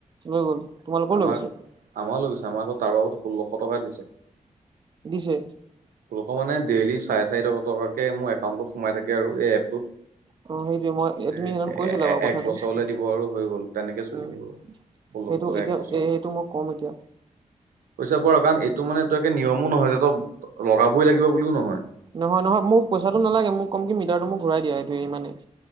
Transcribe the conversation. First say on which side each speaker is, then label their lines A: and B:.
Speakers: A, on the right; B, on the right.
A: লৈ গ'ল তোমালোকৰও
B: আমাক,
A: লৈ গৈছে
B: আমাৰো লৈ গৈছে, আমাৰ আকৌ তাৰ বাবত ষোল্লশ টকা দিছে।
A: দিছে?
B: ষোল্লশ মানে ডেইলি চাৰে চাৰিশ টকাকে মোৰ একাউণ্টত সোমাই থাকে আৰু এই এপটোত'।
A: অ সেইটোৱে মই
B: এ',
A: তুমি সেইদিনা
B: -
A: কৈছিলা
B: এ',
A: বাৰু কথাটো
B: এক বছৰলে দিব আৰু হৈ গ'ল, তেনেকে চলি
A: উম
B: থাকিব আৰু' ষোল্লশ
A: সেইটো
B: টকা
A: এতিয়া
B: এক বছৰলে।
A: এ এইটো মই কম এতিয়া'।
B: পইচা পোৱাৰ কাৰণ এইটো মানে তই একে নিয়মো নহয় যে, তই লগাবই লাগিব বুলিও নহয়'।
A: নহয়, নহয়, মোক পইচাটো নালাগে মোক কম কি মিটাৰটো মোক ঘূৰাই দিয়া এইটো ইমানেই।